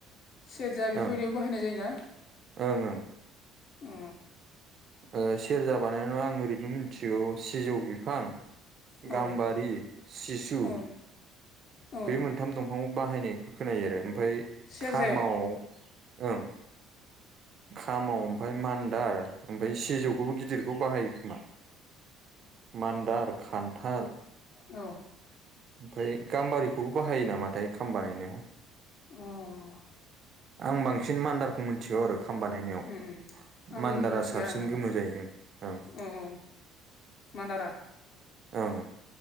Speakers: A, on the left; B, on the right.
A: सेरजा बेफोरबायदियाव
B: ओं
A: बाहायनाय जायो ना।
B: ओं ओंं।
A: अ।
B: ओ सेरजा बानायनानै आं ओरैनो मिथिगौ। सिजौ बिफां
A: औ
B: गाम्बारि सिसु
A: औ औ
B: बे मोन थाम दंफां बाहायनायखौ खोनायो आरो ओमफ्राय
A: सेरजायाव
B: खामावआव ओं खामाव ओमफ्राय मान्दा आरो ओमफ्राय सिजौखौबो गिदिरखौ बाहायो खोमा। मान्दार खान्थाल
A: औ।
B: ओमफ्राय गाम्बारिखौबो बाहायो नामाथाय खाम बानायाव
A: ओं।
B: आं बांसिन मान्दार खौ मिथिगौ आरो खाम बानायनायाव
A: उम आं
B: मान्दारा
A: मिथिया
B: साबसिन
A: माने
B: गोमो जाहैदों ओं।
A: औ औ मान्दारा
B: ओं